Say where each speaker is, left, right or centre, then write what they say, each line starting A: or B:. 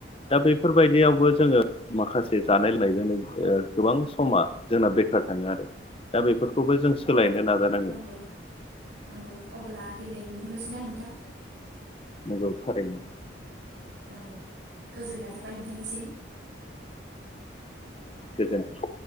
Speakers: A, on the left; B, on the right.
A: दा बेफोरबायदियावबो जोङो माखासे जानाय लोंनायजोंनो ओ गोबां समा जोंना बेखार थाङो आरो दा बेफोरखौबो जों सोलायनो नाजानांगोन
B: नंगौ नंगौ अब्ला दिनै दोनथ'नोसैना नोंथां?
A: नंगौ थारैनो।
B: नंगौ गोजोननाय थाबाय नोंथांनिसिम।
A: गोजोनथों।